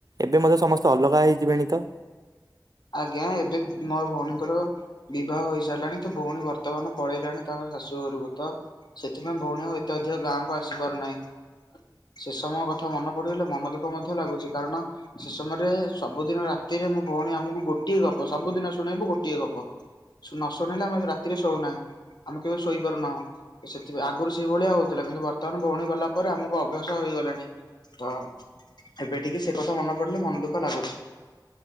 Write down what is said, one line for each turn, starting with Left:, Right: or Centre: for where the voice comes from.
Right: ଏବେ ମଧ୍ୟ ସମସ୍ତେ ଅଲଗା ହେଇଯିବେଣିତ
Left: ଆଜ୍ଞା ଏବେ ମୋ ଭଉଣୀଙ୍କର ବିବାହ ହୋଇ ସାରିଲାଣି ତଭଉଣୀ ବର୍ତ୍ତମାନ ପଳେଇଲାଣି ତାଙ୍କ ଶାଶୁ ଘରକୁତ ସେଥିପାଇଁ ଭଉଣୀ ଆଉ ଏତେ ଅଧିକ ଗାଁକୁ ଆସିପାରୁନାହିଁ। ସେ ସମୟ କଥା ମନେ ପଡିଗଲେ ମନ ଦୁଃଖ ମଧ୍ୟ ଲାଗୁଛି କାରଣ ସେ ସମୟରେ ସବୁଦିନ ରାତିରେ ମୋ ଭଉଣୀ ଆମକୁ ଗୋଟିଏ ଗପ ସବୁଦିନ ଶୁଣେଇବୁ ଗୋଟିଏ ଗପ ନଶୁଣେଇଲେ ଆମେ ରାତିରେ ଶୋଉନା ଆମେ କେବେ ଶୋଇପାରୁନାହୁଁ। ସେଥିପାଇଁ ଆଗରୁ ସେଇଭଳିଆ ହଉଥିଲା କିନ୍ତୁ ବର୍ତ୍ତମାନ ଭଉଣୀ ଗଲା ପରେ ଆମକୁ ଅଭ୍ୟାସ ହେଇଗଲାଣି। ତ ଏବେ ଟିକିଏ ସେକଥା ମନେ ପଡିଲେ ମନ ଦୁଃଖ ଲାଗୁଛି।